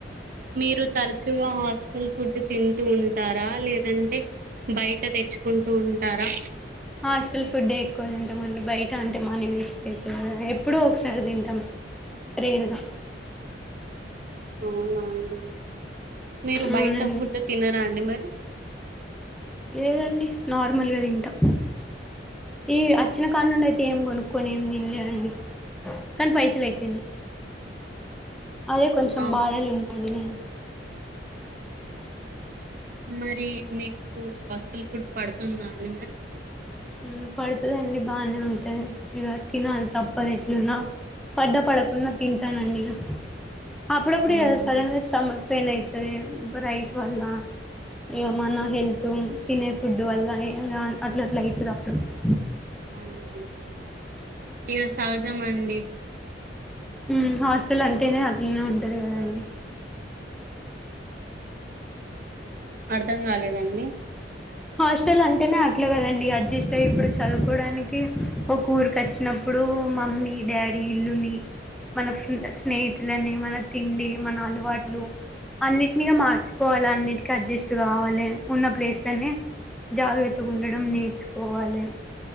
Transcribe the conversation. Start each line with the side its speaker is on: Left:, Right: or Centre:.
Right: మీరు తరచుగా హాస్టల్ ఫుడ్ తింటూ ఉంటారా లేదంటే బయట తెచ్చుకుంటూ ఉంటారా
Centre: హాస్టల్ ఫుడే ఎక్కువ తింటమండి బయట అంటే మనీ వేస్ట్ అయితది కదా ఎప్పుడో ఒకసారి తింటాం రేర్‌గా
Right: అవునా అండి మీరు
Centre: అవునండి
Right: బయట ఫుడ్ తినరా అండి మరి
Centre: లేదండి నార్మల్‌గా తింటా ఈ అచ్చిన కాడి నుండి అయితే ఏం కొనుక్కోని ఏం తిన్లే అండి కానీ పైసల్ అయిపోయినాయి అదే కొంచెం
Right: ఆ
Centre: బాధలు ఉంటుండే నేను
Right: మరి మీకు హాస్టల్ ఫుడ్ పడుతుందాండి మరి
Centre: ఉమ్మ్ పడుతాదండి బానే ఉంటాంది ఇగ తినాలి త ప్పదు ఎట్లున్నా పడ్డ పడకున్న తింటానండి ఇగ అప్పుడప్పుడు
Right: అవునండి
Centre: ఇగ సడన్‌గా స్టమక్ పెయిన్ అయితది రైస్ వల్ల ఇగ మన హెల్త్ తినే ఫుడ్డు వల్ల అట్ల అట్లా అయితది అప్పుడప్పుడు
Right: అవునండి ఇగ సహజం అండి
Centre: ఉమ్మ్ హాస్టల్ అంటేనే అట్లనే ఉంటది కదండి
Right: అర్ధం కాలేదండి
Centre: హాస్టల్ అంటేనే అట్లే కదండి అడ్జస్ట్ అయ్యి ఇప్పుడు చదువుకోడానికి ఒక ఊరు కి వచ్చినప్పుడు మమ్మీ డాడీ ఇల్లుని మన స్నేహితులని మన తిండి మన అలవాట్లు అన్నిటినిగా మార్చుకోవాలి అన్నిటికి అడ్జస్ట్ కావాలి ఉన్న ప్లేస్లని జాగ్రత్తగా ఉండడం నేర్చుకోవాలి